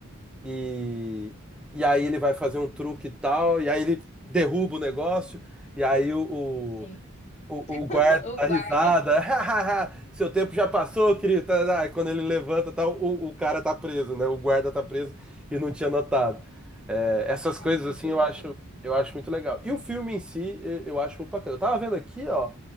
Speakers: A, in the centre; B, on the left (about 30°).
A: e, e aí ele vai fazer um truque e tal, e aí ele derruba o negócio, e aí o,
B: Sim.
A: o,
B: <laughs>
A: o guarda
B: O
A: dá
B: guarda.
A: risada. <laughs> Seu tempo já passou, querido. Tá, tá. Aí Quando ele levanta, tá, o, o cara tá preso, né? O guarda tá preso e não tinha notado. É, essas
B: Cara,
A: coisas
B: é muito
A: assim
B: louco
A: eu acho,
B: isso.
A: eu acho muito legal. E o filme em si, eu, eu acho muito bacana. Eu tava vendo aqui, ó.